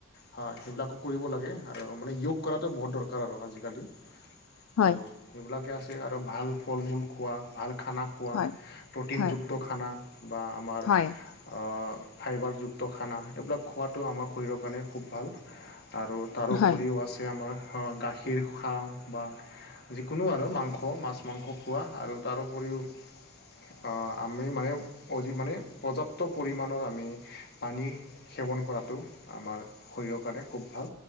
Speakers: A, on the left; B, on the left.
A: হয় সেইবিলাকক কৰিব লাগে আৰু মানে যয়োগ কৰাটো বহুত দৰকাৰ আৰু আজিকালি
B: হয়
A: ত' সেইবিলাকে আছে আৰু ভাল ফল মূল খোৱা ভাল খানা খোৱা
B: হয় হয়
A: প্ৰ'টিনযুক্ত
B: হয়
A: খানা বা আমাৰ
B: হয়
A: অ ফাইবাৰযুক্ত খানা এইবিলাক খোৱাটো আমাৰ শৰীৰৰ কাৰণে খুব ভাল আৰু তাৰোউপৰিও
B: হয় হয়
A: আছে আমাৰ আ গাখ খীৰ খাওঁ বা যিকোনো আৰু মাংস, মাছ-মাংস খোৱা আৰু তাৰোউপৰিও আ আমি মানে অধিক মানে পৰ্যাপ্ত পৰিমাণৰ আমি পানী সেৱন কৰাটো আমাৰ শৰীৰৰ কাৰণে খুব ভাল।